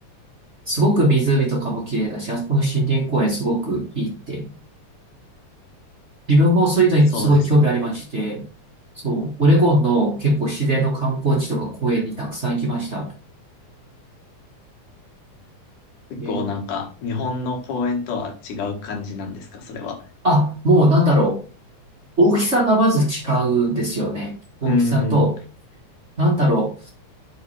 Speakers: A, on the right; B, on the left.
A: すごく湖とかも綺麗だし、あそこの森林公園すごくいいって自分もそういうのにすごい興味ありまして、
B: そうですね。
A: そう、オレゴンの結構自然の観光地とか公園にたくさん行きました。
B: 結構なんか、
A: メール
B: 日本の公園とは違う感じなんですか、それは。
A: あ、もうなんだろう。大きさがまず違うんですよね。大きさと、
B: うん、
A: なんだろ